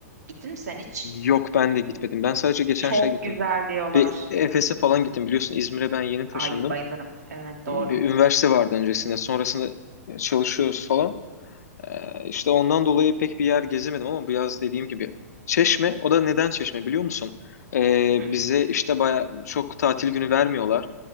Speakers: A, on the right; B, on the left.
A: Gittin mi sen hiç?
B: Yok ben de gitmedim. Ben sadece geçen
A: Çok
B: şey gittim.
A: güzel diyorlar.
B: Bir Efes'e falan gittim biliyorsun İzmir'e ben yeni taşındım.
A: Ay bayılırım. Evet doğru.
B: Bir üniversite vardı öncesinde. Sonrasında çalışıyoruz falan. Ee, işte ondan dolayı pek bir yer gezemedim ama bu yaz dediğim gibi. Çeşme, o da neden Çeşme biliyor musun? Ee,
A: Hı.
B: bize işte baya çok tatil günü vermiyorlar.